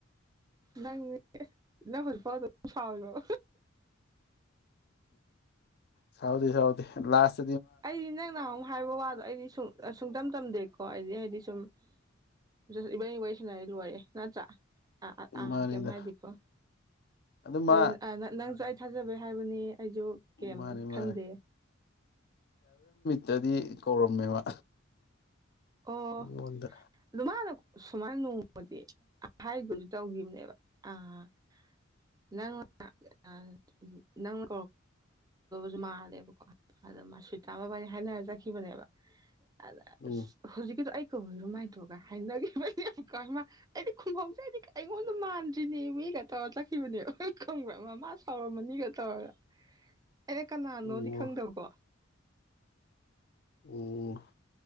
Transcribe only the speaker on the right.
ꯅꯪꯅꯦ ꯅꯪ ꯍꯧꯖꯤꯛ ꯐꯥꯎ ꯑꯗꯨꯝ ꯁꯥꯎꯔꯤꯕꯣꯕ
ꯑꯩꯗꯤ ꯅꯪ ꯅꯍꯥꯟꯃꯨꯛ ꯍꯥꯏꯕ ꯋꯥꯗꯣ ꯑꯩꯗꯤ ꯁꯣ ꯑ ꯁꯨꯡꯇꯝ ꯇꯝꯗꯦꯀꯣ ꯍꯥꯏꯗꯤ ꯍꯥꯏꯗꯤ ꯁꯨꯝꯁ ꯏꯕꯅꯤ ꯋꯥꯔꯤ ꯁꯅꯔꯤꯗꯣ ꯂꯣꯏꯔꯦ ꯅꯠꯇ꯭ꯔ ꯑ ꯑꯥ
ꯀꯤꯝ ꯍꯤꯏꯗꯦꯀꯣ <unintelligible>
ꯑꯥ ꯅꯪꯖꯨ <unintelligible> ꯊꯥꯖꯕꯩ ꯍꯥꯏꯕꯅꯤꯌꯦ ꯑꯩꯁꯨ ꯀꯩꯝ
ꯈꯟꯗꯦ꯫
ꯑꯣ
ꯃꯥꯅ ꯁꯨꯃꯥꯏꯅ ꯅꯣꯡꯃꯗꯤ ꯍꯥꯏꯗꯣꯢ ꯇꯧꯕꯅꯦꯕ ꯑꯥ ꯅꯪꯅ <unintelligible> ꯃꯥꯜꯂꯦꯕꯀꯣ ꯑꯗ ꯃꯥ ꯁꯨꯇꯥꯒ ꯋꯥꯔꯤ ꯁꯥꯟꯅꯔ ꯆꯠꯈꯤꯕꯅꯦꯕ ꯑꯗ
ꯑꯗꯨꯗꯣ ꯑꯩ <unintelligible> ꯍꯥꯏꯅꯈꯤꯕꯅꯦ ꯑꯩꯗꯤ ꯈꯨꯝꯍꯧꯗ꯭ꯔꯗꯤ ꯑꯩꯉꯣꯟꯗ ꯃꯥꯟꯗ꯭ꯔꯤꯅꯦ ꯃꯤ ꯇꯧꯔ ꯆꯠꯈꯝꯕꯅꯦꯕ ꯈꯪꯕ꯭ꯔꯥ ꯃꯃꯥ ꯁꯥꯎꯔꯝꯃꯅꯤ ꯇꯧꯔꯒ ꯑꯩꯅ ꯀꯅꯥꯅꯣꯗꯤ
ꯈꯪꯗꯕꯀꯣ